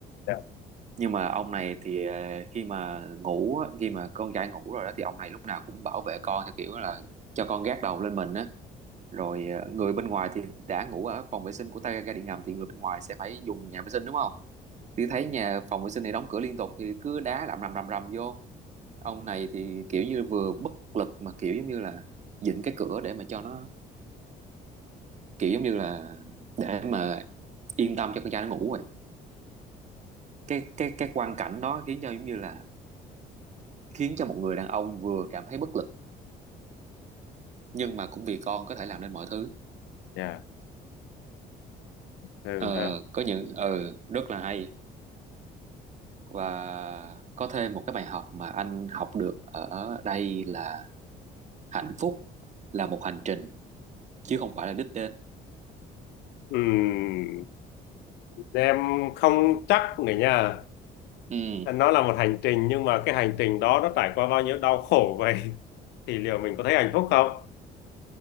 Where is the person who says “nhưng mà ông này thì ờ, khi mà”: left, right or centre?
Right